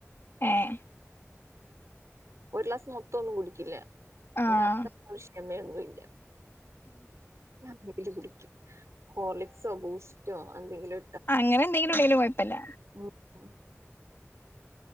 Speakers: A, on the left; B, on the right.
A: ഏഹ്
B: ഒര്ഗ്ലാസ് മൊത്തൊന്നും കുട്ക്കില്ല
A: ആഹ്
B: എന്ക്ക് അത്ര ക്കിശ്ട്ടമേയൊന്നുമില്ല ഞാൻ ന്തെങ്കിലും കുടിക്കും ഹോർളിക്സോ ബൂസ്റ്റോ അന്തെങ്കിലൊ
A: ആഹ് അങ്ങനെന്തെങ്കിലും ഉണ്ടെങ്കില് കൊയ്പ്പല്ല
B: ഉം